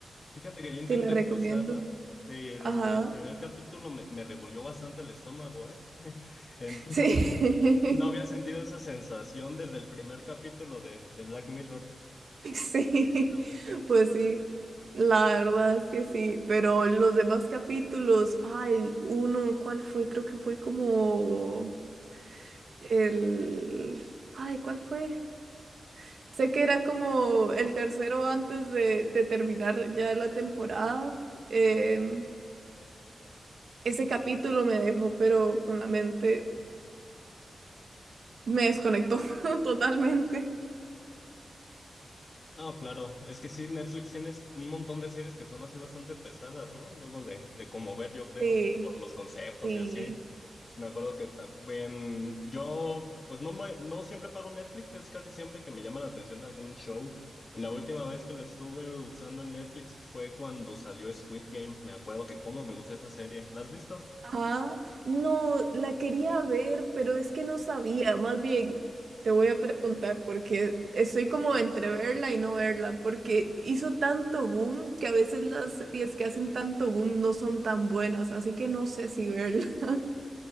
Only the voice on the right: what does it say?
te la recomiendo.
Ajá.
Sí.
<laughs>
Sí,
pues sí. La verdad es que sí, pero los demás capítulos, ay, uno, ¿cuál fue? Creo que fue como El... Ay, ¿cuál fue? Sé que era como el tercero antes de, de terminar ya la temporada. Em, ese capítulo me dejó, pero con la mente me desconectó <laughs> totalmente.
Sí,
sí.
Ajá. No, la quería ver, pero es que no sabía. Más bien, te voy a preguntar porque estoy como entre verla y no verla, porque hizo tanto boom que a veces las series que hacen tanto boom no son tan buenas, así que no sé si verla. <laughs>